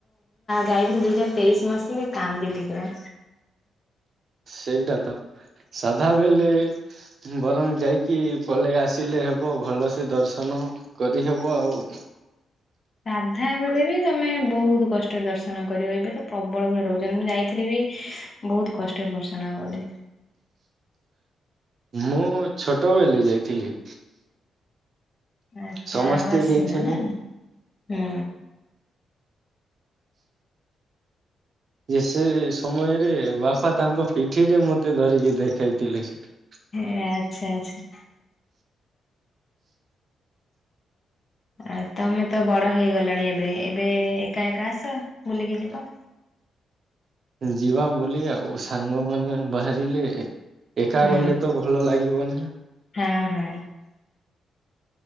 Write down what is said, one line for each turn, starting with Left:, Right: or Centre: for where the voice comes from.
Left: ଯାଇଥିଲି ଦୁଇ ହଜାର ତେଇଶି ମସିହାରେ କାମ ଦଲି ପୁରା
Right: ସେଇଟା ତ ସାଧା ବେଲେ ବରଂ ଯାଇକି ପଳେଇ ଆସିଲେ ହେବ ଭଲସେ ଦର୍ଶନ କରି ହେବ ଆଉ
Left: ସାଧା ବେଳେ ବି ତମେ ବହୁତ କଷ୍ଟରେ ଦର୍ଶନ କରିବ ଏବେ ତ ପ୍ରବଳ ଭିଡ଼ ରହୁଛନ୍ତି। ମୁଁ ଯାଇଥିଲି ବି ବହୁତ କଷ୍ଟରେ ବର୍ଷନା କଲି
Right: ମୁଁ ଛୋଟବେଳେ ଯାଇଥିଲି।
Left: ଆଛା
Right: ସମସ୍ତେ
Left: ଆଉ ଆସିନ
Right: ଯାଇଥିଲୁ
Left: ନାଇଁ? ହୁଁ।
Right: ଯେ ସେ ସମୟରେ, ବାପା ତାଙ୍କ ପିଠିରେ ମତେ ଧରିକି ଦେଖ ଖେଳୁ ଥିଲେ ସେଠି
Left: ଏ ଆଚ୍ଛା, ଆଚ୍ଛା। ଆ ତମେ ତ ବଡ ହେଇଗଲାଣି ଏବେ। ଏବେ, ଏକା ଏକା ଆସ ବୁଲିକି ଯିବା।
Right: ଯିବା ବୋଲି ଆଉ ସାଙ୍ଗ ମାନେ ବାହାରିଲେ ଏକା
Left: ହୁଁ
Right: ଗଲେ ତ ଭଲ ଲାଗିବନି?
Left: ହଁ ହଁ